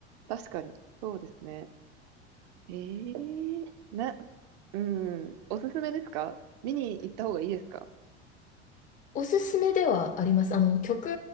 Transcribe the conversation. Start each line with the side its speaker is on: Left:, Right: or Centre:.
Right: 確かに。そうですね。ええな、うん。おすすめですか見に行った方がいいですか
Left: おすすめではあります。あの、曲